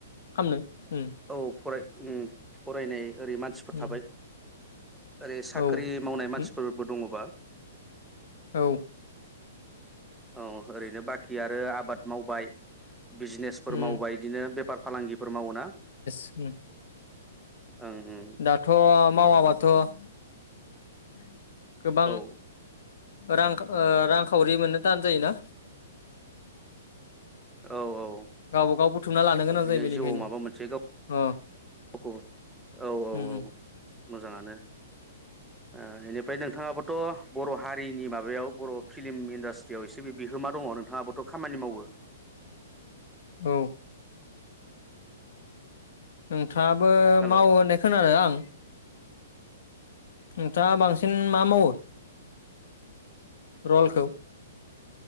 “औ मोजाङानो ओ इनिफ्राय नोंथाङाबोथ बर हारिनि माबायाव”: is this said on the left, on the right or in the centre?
Centre